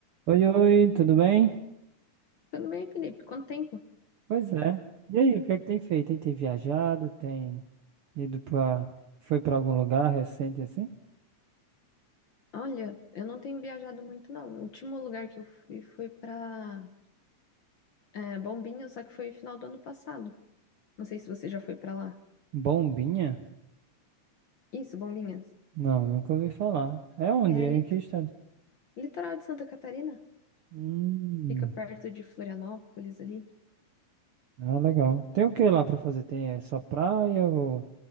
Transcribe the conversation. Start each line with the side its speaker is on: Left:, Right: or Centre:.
Right: Oi, oi, tudo bem?
Left: Tudo bem, Felipe? Quanto tempo?
Right: Pois é. E aí, o que é que tem feito, hein? Tem viajado, tem ido pra... Foi pra algum lugar recente assim?
Left: Olha, eu não tenho viajado muito, não. O último lugar que eu fui foi pra é, Bombinhas, só que foi final do ano passado. Não sei se você já foi pra lá.
Right: Bombinha?
Left: Isso, Bombinhas.
Right: Não, nunca ouvi falar. É onde?
Left: É
Right: É
Left: lit-
Right: em que estado?
Left: litoral de Santa Catarina.
Right: Hum,
Left: Fica perto de Florianópolis ali.
Right: ah, legal. Tem o que lá pra fazer? Tem é só praia ou